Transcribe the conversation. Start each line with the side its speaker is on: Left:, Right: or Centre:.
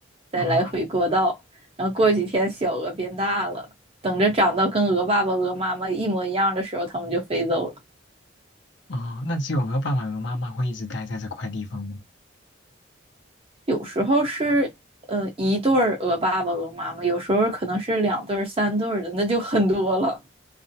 Right: 在来回过道。
Left: 哦
Right: 然后过几天小鹅变大了，等着长到跟鹅爸爸、鹅妈妈一模一样的时候，它们就飞走了。
Left: 哦，那只有和爸爸和妈妈会一直待在这块地方吗？
Right: 有时候是呃一对儿鹅爸爸、鹅妈妈，有时候可能是两对儿、三对儿的，那就很多了。